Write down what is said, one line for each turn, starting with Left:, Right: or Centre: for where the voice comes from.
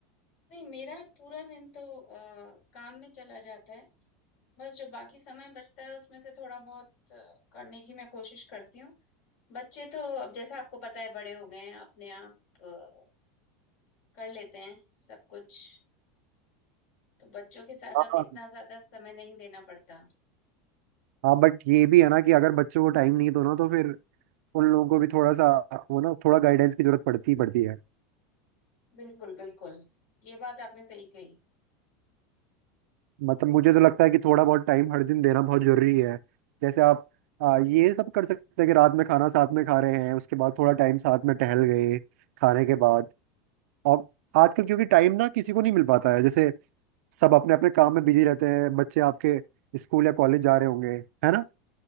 Left: नहीं मेरा पूरा दिन तो अ, काम में चला जाता है बस जो बाकी समय बचता है उसमें से थोड़ा बहुत अ, करने की मैं कोशिश करती हूँ बच्चे तो अब जैसा आपको पता है बड़े हो गए हैं अपने आप अ, कर लेते हैं सब कुछ तो बच्चों के साथ
Right: हाँ
Left: अब इतना ज्यादा समय नहीं देना पड़ता
Right: हाँ बट ये भी है ना कि अगर बच्चों को टाइम नहीं दो ना तो फिर उन लोगों को भी थोड़ा सा वो ना थोड़ा गाइडेंस की जरूरत पड़ती ही पड़ती है
Left: बिल्कुल बिल्कुल ये बात आपने सही कही
Right: मतलब मुझे तो लगता है कि थोड़ा बहुत टाइम हर दिन देना बहुत जरूरी है जैसे आप आ, ये सब कर सकते हैं कि रात में खाना साथ में खा रहे हैं उसके बाद थोड़ा टाइम साथ में टहल गए खाने के बाद और आजकल क्योंकि टाइम ना किसी को नहीं मिल पाता है जैसे सब अपने अपने काम में बिजी रहते हैं बच्चे आपके स्कूल या कॉलेज जा रहे होंगे है ना